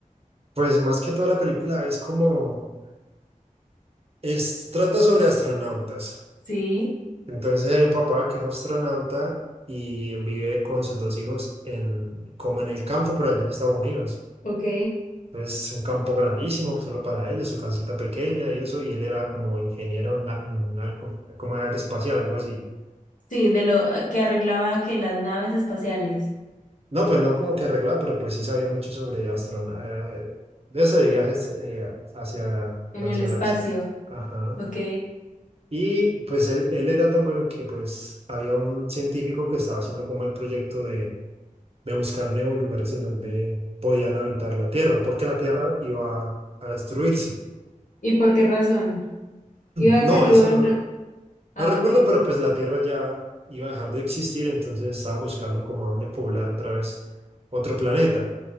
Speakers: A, on the right; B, on the left.
A: Pues más que toda la película es como, es, trata sobre astronautas.
B: Sí,
A: Entonces hay un papá que es astronauta y vive con sus dos hijos en, como en el campo, pero allá en Estados Unidos.
B: Ok.
A: Pues un campo grandísimo pues, solo para ellos, su casita pequeña y eso, y él era como ingeniero en, a- en algo, como aeroespacial, algo así.
B: sí, de lo que arreglaba que las naves espaciales
A: No, pues no como que arreglaba, pero pues sí sabía mucho sobre astronautas, de eso de viajes eh, hacia
B: en
A: las
B: el
A: galaxias.
B: espacio.
A: Ajá.
B: Ok.
A: Y pues él, él era tan bueno que pues había un científico que estaba haciendo como el proyecto de, de buscar nuevos lugares en donde podían habitar la Tierra, porque la Tierra iba a destruirse.
B: ¿Y por qué razón? Iba
A: No,
B: a Carlibán.
A: esa no.
B: Ah,
A: No recuerdo,
B: ok.
A: pero pues la Tierra ya iba a dejar de existir, entonces estaban buscando como a dónde poblar otra vez otro planeta.